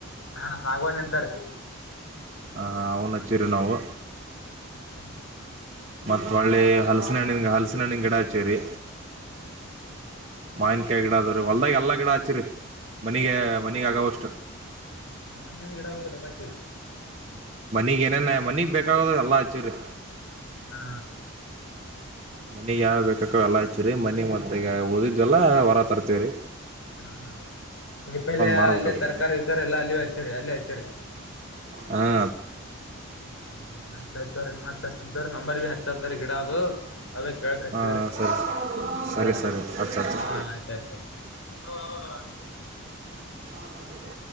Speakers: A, on the left (about 65°); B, on the right (about 30°).
A: ಹಾ ಸಾಗುವಾಣ ಅಂತಾರೆ
B: ಹ ಅ್ನಚ್ಚಿರಿ ನಾವು
A: ಹ್ಮ
B: ಮತ್ತ್ ಒಳ್ಳಿ ಹಲಸಿನ ಹಣ್ಣಿನ್ ಹಲಸಿನ ಹಣ್ಣಿನ್ ಗಿಡ ಹಚೂರಿ
A: <inaudible>
B: ಮಾವನ್ಕಾಯಿ ಗಿಡ ಅದವ್ರೀ ಹೊಲ್ದಾಗ ಎಲ್ಲಾ ಗಿಡ ಹಚಿರಿ ಮನಗ ಮನಿಗ ಆಗೋವಷ್ಟು
A: ಹ ಮಂ್ಣನ್ ಗಿಡ ಅವರುದ ಬತ್ತೆ
B: ಮನಗ್ ಏನೇನ ಮನಗ್ ಬೇಕಾಗದ ಎಲ್ಲಾ ಹಚ್ಚೂರಿ
A: ಹಾ
B: ಮನಿಗ್ ಯಾವ ಬೇಕಕ ಎಲ್ಲ ಆಯತು್ರೀ ಮನಿ ಮತ್ತ ಈಗ ಓದಿದ್ ಎಲ್ಲ ಹೊರ ತರ್ತೇವ್ರೀ
A: ಹ ಕೈಪಲ್
B: ಮಾಡ್ಬೇಕಲ್ರಿ
A: ಅಲ್ಲೇ ತರಕಾರಿ ಇಕಾರಿ ಎಲ್ಲಾ ಅಲ್ಲಿ ಹಚ್ಚರಿ ಅಲ್ಲಿ ಹಚ್ಚರಿ
B: ಹಾ
A: ಹ ಆಯ್ತ ಆಯ್ತವ ಮತ್ ಹಾಚಿತಿನ್ ತೋರ್ ನಂಬರ್ ಭ ಹೆಚ್ಚಂದ್ರ ಗಿಡ ಅದು ಅವೇ ಕೇಳಕತೀವ್ರಿ
B: ಹಾಂ ಸರಿ ಸರಿ
A: ಆಯ್ತಯ್ತು
B: ಸರಿ ಹಚ್ಚು ಹಚ್ಚು
A: ಹಾ ಆಯ್ತಾಯಯ್ತು ಹೂ
B: ಹ